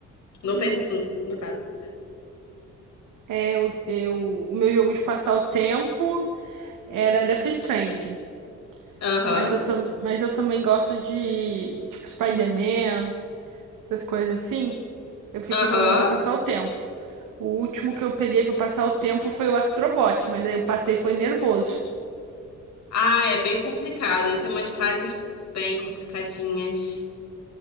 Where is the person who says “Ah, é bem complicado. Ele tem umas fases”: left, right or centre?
Left